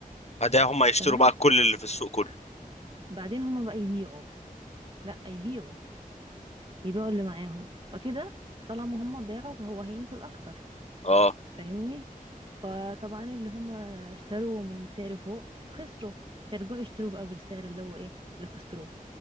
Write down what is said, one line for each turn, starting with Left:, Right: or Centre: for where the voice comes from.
Left: بعدها هم يشتروا
Right: تمام
Left: بقى كل اللي في السوق كله
Right: بعدين هم بقى يبيعوا لا يبيعوا يبيعوا اللي معاهم فكده طالما هم باعوا فهو هينزل اكتر
Left: اه
Right: فاهمني فطبعا اللي هم اشتروا من سعر فوق فخسروا فيرجعوا يشتروا بقى بالسعر اللي هو ايه اللي خسروه